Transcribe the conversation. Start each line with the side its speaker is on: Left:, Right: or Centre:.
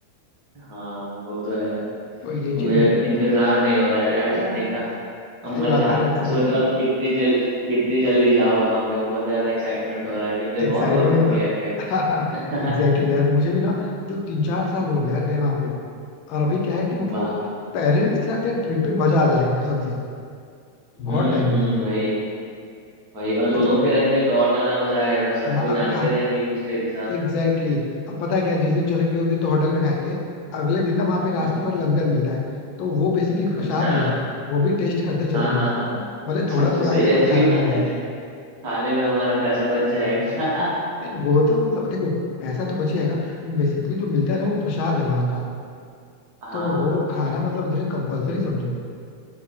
Right: हाँ वो तो है
Left: तो ये चीज
Right: मुझे
Left: नहीं करेंगे
Right: इंतजार नहीं हो रहा है यार जाने का अब
Left: सही
Right: मैं
Left: बात
Right: चाह
Left: है यार एक्साइटमेंट
Right: सोच रहा हूँ कितनी जल कितनी जल्दी जाऊँ वहां पे बहुत ज्यादा एक्साइटमेंट हो रहा है कि मुझे बहुत
Left: Excitement
Right: वक्त हो गया है गए हुए
Left: exactly <laughs> exactly
Right: <laughs>
Left: यार मुझे भी ना जो तीन चार साल हो गया यार गए वहां पे और अभी क्या है कि मतलब
Right: वाह
Left: पेरेंट्स के साथ यार ट्रिप पे मजा आ जाएगा कसम से
Right: हम्म
Left: बहुत टाइम
Right: हम्म
Left: हो गया भाई
Right: वही वही और दोनों
Left: अच्छा
Right: के रहेंगे तो और ज्यादा मजा आएगा सबको
Left: हाँ अब
Right: जानते
Left: खा
Right: रहेंगे एक दूसरे के साथ
Left: एग्जैक्टली exactly. अब पता है क्या जिस दिन चलेंगे उस दिन तो होटल में खाएंगे अगले दिन ना वहाँ पे रास्ते
Right: हम्म हम्म।
Left: भर लंगर मिलता है तो वो बेसिकली प्रसाद
Right: अच्छा
Left: ही है वो भी टेस्ट करते चलेंगे
Right: हाँ हाँ
Left: भाई
Right: हाँ
Left: भले थोड़ा
Right: सब तो
Left: थोड़ा
Right: सही
Left: खाए
Right: अच्छी
Left: बट खाएंगे
Right: बात
Left: जरूर
Right: है खाने में हमारा पैसा बच जाएगा <laughs> हाँ
Left: नहीं वो तो मतलब देखो पैसा तो बच ही जाएगा बेसिकली जो मिलता है ना वो प्रसाद है वहाँ का
Right: हाँ
Left: तो
Right: हाँ
Left: वो खाना मतलब जैसे कंपलसरी समझो